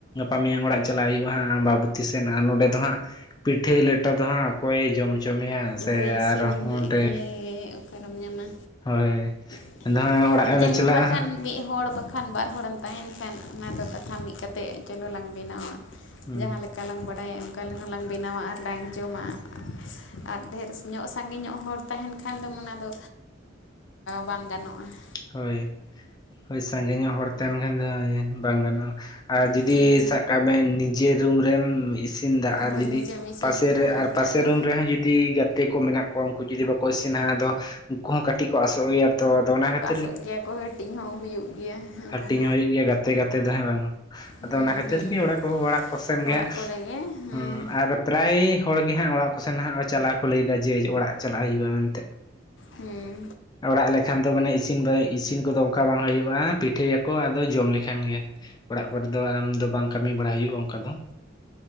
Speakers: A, on the left (about 20°); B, on the left (about 70°).
A: ᱜᱟᱯᱟ ᱢᱮᱭᱟᱝ ᱚᱲᱟᱜ ᱪᱟᱞᱟᱜ ᱦᱩᱭᱩᱜᱼᱟ ᱦᱟᱸᱜ ᱟᱸᱵᱟᱵᱩᱛᱤ ᱥᱮᱱ ᱾ ᱟᱨ ᱱᱚᱰᱮ ᱫᱚ ᱦᱟᱸᱜ ᱯᱤᱴᱷᱟᱹᱭ ᱞᱮᱴᱚ ᱫᱚ ᱦᱟᱸᱜ ᱚᱠᱚᱭᱮ ᱡᱚᱢ ᱪᱚ ᱦᱚᱪᱚ ᱢᱮᱭᱟ ᱥᱮ
B: ᱚᱠᱚᱭᱮ ᱤᱥᱤᱱᱟᱢᱟ
A: ᱟᱨᱦᱚᱸ ᱚᱸᱰᱮ
B: ᱚᱠᱚᱭᱮ ᱚᱠᱟᱨᱮᱢ ᱧᱟᱢᱟ
A: ᱦᱳᱭ
B: ᱾
A: ᱟᱫᱚ ᱦᱟᱸᱜ ᱚᱲᱟᱜ
B: ᱡᱟᱭᱦᱳᱠ
A: ᱞᱮ ᱪᱟᱞᱟᱜᱼᱟ
B: ᱵᱟᱠᱷᱟᱱ ᱢᱤᱫ ᱦᱚᱲ ᱵᱟᱠᱷᱼ ᱠᱷᱟᱱ ᱵᱟᱨ ᱦᱚᱲᱮᱢ ᱛᱟᱦᱮᱱ ᱠᱷᱟᱱ ᱚᱱᱟ ᱫᱚ ᱠᱟᱛᱷᱟ ᱢᱤᱜ ᱠᱟᱛᱮ ᱪᱚᱞᱚ ᱞᱟᱝ ᱵᱮᱱᱟᱣᱟ
A: ᱦᱟᱸᱜ
B: ᱡᱟᱦᱟᱸ ᱞᱮᱠᱟ ᱾ ᱟᱠᱟᱞᱟᱝ ᱵᱟᱰᱟᱭᱟ ᱚᱱᱠᱟ ᱞᱟᱝ ᱵᱮᱱᱟᱣᱟ ᱟᱨᱞᱟᱝ ᱡᱚᱢᱟ ᱾ ᱟᱨ ᱰᱷᱮᱨ ᱧᱚᱜ, ᱥᱟᱸᱜᱮ ᱧᱚᱜ ᱦᱚᱲ ᱛᱟᱦᱮᱱ ᱠᱷᱟᱱ ᱫᱚᱢ ᱚᱱᱟᱫᱚ ᱵᱟᱝ ᱜᱟᱱᱚᱜᱼᱟ ᱾
A: ᱦᱳᱭ ᱦᱳᱭ ᱥᱟᱺᱜᱮ ᱧᱚᱜ ᱦᱚᱲ ᱛᱟᱦᱮᱱ ᱠᱷᱟᱱ ᱫᱚ ᱦᱟᱸᱜ ᱵᱟᱝ ᱜᱟᱱᱚᱜᱼᱟ ᱟᱨ ᱡᱩᱫᱤ
B: ᱦᱩᱸ
A: ᱥᱟᱵ ᱠᱟᱜ ᱵᱮᱱ ᱱᱤᱡᱮ ᱨᱩᱢ ᱨᱮᱢ ᱤᱥᱤᱱᱫᱟ ᱟᱨ
B: ᱦᱚᱲ
A: ᱡᱩᱫᱤ
B: ᱱᱤᱡᱮᱢ ᱤᱥᱤᱱᱮᱜᱼᱟ
A: ᱯᱟᱥᱮᱨᱮ ᱟᱨ
B: ᱮᱱᱠᱷᱟᱡ
A: ᱯᱟᱥᱮ
B: ᱫᱚ
A: ᱨᱩᱢ ᱨᱮᱦᱚᱸ ᱡᱩᱫᱤ ᱜᱟᱛᱮᱼ ᱛᱮ ᱠᱚ ᱢᱮᱱᱟᱜ ᱠᱚᱣᱟ ᱩᱝᱠᱩ ᱡᱩᱫᱤ ᱵᱟᱠᱚ ᱤᱥᱤᱱᱟ ᱟᱫᱚ ᱩᱝᱠᱩ ᱦᱚᱸ ᱠᱟᱹᱴᱤᱡ ᱠᱚ ᱟᱥᱚᱜ ᱜᱮᱭᱟ ᱛᱚ, ᱟᱫᱚ ᱚᱱᱟ ᱠᱷᱟᱛ
B: ᱚᱛᱚᱜ ᱜᱮᱭᱟ ᱠᱚ ᱦᱟᱹᱴᱤᱧ ᱦᱚᱸ ᱦᱩᱭᱩᱜ ᱜᱮᱭᱟ ᱦᱮᱸ
A: ᱦᱟᱹᱴᱤᱧ ᱦᱚᱸ ᱦᱩᱭᱩᱜ ᱜᱮᱭᱟ ᱜᱟᱛᱮ ᱜᱟᱛᱮ ᱫᱚ ᱦᱮᱸ ᱵᱟᱝ? ᱟᱫᱚ
B: ᱦᱮᱸ
A: ᱚᱱᱟ ᱠᱷᱟᱹᱛᱤᱨ
B: ᱦᱮᱸ
A: ᱜᱮ ᱚᱲᱟᱜ ᱠᱚ ᱚᱲᱟᱜ ᱠᱚ ᱥᱮᱱ
B: ᱚᱲᱟᱜ
A: ᱜᱮ
B: ᱠᱚᱨᱮ ᱜᱮ ᱦᱮᱸ
A: ᱦᱟᱸᱜ ᱟᱨ ᱯᱨᱟᱭ ᱦᱚᱲᱜᱮ ᱦᱟᱸᱜ ᱚᱲᱟᱜ ᱠᱚᱥᱱ ᱦᱟᱸᱜ ᱪᱟᱞᱟᱣ ᱠᱚ ᱞᱟᱹᱭ ᱫᱟ ᱡᱮ ᱚᱲᱟᱜ ᱪᱟᱞᱞᱟᱣ ᱦᱩᱭᱩᱜᱼᱟ ᱢᱮᱱᱛᱮ
B: ᱦᱮᱸ
A: ᱚᱲᱟᱜ ᱞᱮᱠᱷᱟᱱ ᱫᱚ ᱢᱟᱱᱮ ᱤᱥᱤᱱ ᱵᱟᱝ ᱤᱥᱤᱱ ᱠᱚᱫᱚ ᱚᱝᱠᱟ ᱵᱟᱝ ᱦᱩᱭᱩᱜᱼᱟ ᱵᱟᱝ ᱯᱤᱴᱷᱟᱹᱭᱟᱠᱚ ᱟᱫᱚ ᱡᱚᱢ ᱞᱮᱠᱷᱟᱱ ᱜᱮ ᱾ ᱚᱲᱟᱜ ᱠᱚᱨᱮ ᱫᱚ ᱟᱢ ᱫᱚ ᱵᱟᱝ ᱠᱟᱹᱢᱤ ᱵᱟᱲᱟ ᱦᱩᱭᱩᱜᱼᱟ ᱚᱱᱠᱟ ᱫᱚ